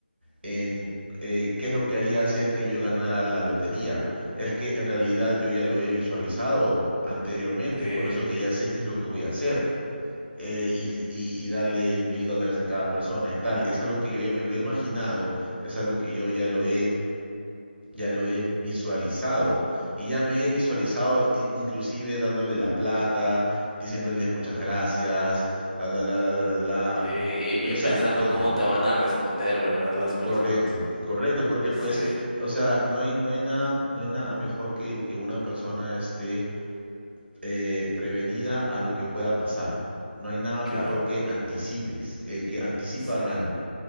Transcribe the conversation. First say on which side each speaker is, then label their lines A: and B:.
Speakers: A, on the right (about 75°); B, on the left (about 35°).
A: en eh, qué es lo que haría si es que yo ganara la lotería, es que en realidad yo ya lo he visualizado anteriormente,
B: sí,
A: es por eso que ya sé qué es lo que voy a hacer eh, y, y- y darle mil dólares a cada persona y tal. Es algo que yo ya me lo he imaginado, es algo que yo ya lo he, ya lo he visualizado y ya me he visualizado i- inclusive dándole la plata, diciéndoles muchas gracias, la la la la la la. la.
B: sí, y,
A: Eh, O
B: y
A: sea,
B: pensando
A: ¿entiendes,
B: cómo
A: no?
B: te van a responder, ¿verdad? Las personas.
A: Correcto, correcto, porque
B: Sí,
A: pues, o sea, no hay, no hay nada, no hay nada mejor que, que una persona esté eh, prevenida a lo que pueda pasar. No hay nada
B: claro,
A: mejor que anticipes. El que anticipa
B: sí,
A: gana.